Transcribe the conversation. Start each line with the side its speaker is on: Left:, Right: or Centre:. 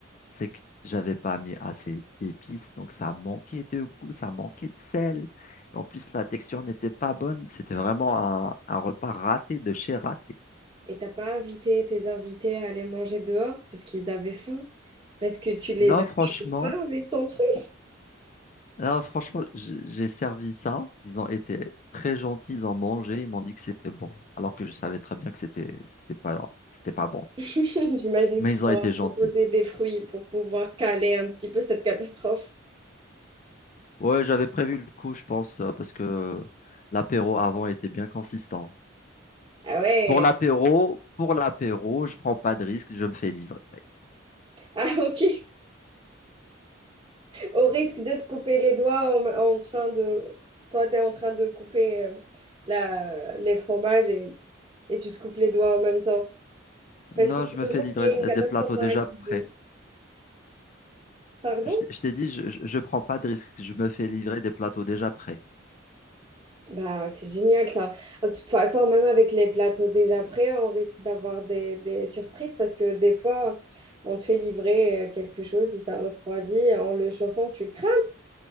Left: c'est que j'avais pas mis assez d'épices, donc ça manquait de goût, ça manquait de sel. Et en plus, la texture n'était pas bonne. C'était vraiment un, un repas raté de chez raté.
Right: Et t'as pas invité tes invités à aller manger dehors parce qu'ils avaient faim? Parce que tu les
Left: Non,
Right: as
Left: franchement,
Right: tués de faim avec ton truc.
Left: là, franchement, j- j'ai servi ça. Ils ont été très gentils, ils ont mangé, ils m'ont dit que c'était bon, alors que je savais très bien que c'était, c'était pas, c'était pas bon.
Right: <laughs> J'imagine
Left: Mais
Right: que tu
Left: ils
Right: leur
Left: ont été
Right: as proposé
Left: gentils.
Right: des fruits pour pouvoir caler un petit peu cette catastrophe.
Left: Ouais, j'avais prévu le coup, je pense, euh, parce que l'apéro avant était bien consistant.
Right: Ah ouais,
Left: Pour l'apéro, pour l'apéro, je prends pas de risque, je me fais livrer.
Right: ah ok. Au risque de te couper les doigts en, en train de... Toi, tu es en train de couper euh, la, les fromages et, et tu te coupes les doigts en même temps. Parce
Left: Non,
Right: qu'il
Left: je
Right: faut
Left: me fais
Right: toujours
Left: livrer
Right: qu'il y ait
Left: d-
Right: une catastrophe
Left: des plateaux
Right: dans
Left: déjà
Right: la cuisine.
Left: prêts.
Right: Pardon?
Left: Je, t- je t'ai dit, je, je, je prends pas de risque, je me fais livrer des plateaux déjà prêts.
Right: Bah, c'est génial ça. De toute façon, même avec les plateaux déjà prêts, on risque d'avoir des, des surprises parce que des fois, on te fait livrer euh, quelque chose, et ça refroidit, en le chauffant, tu le crames,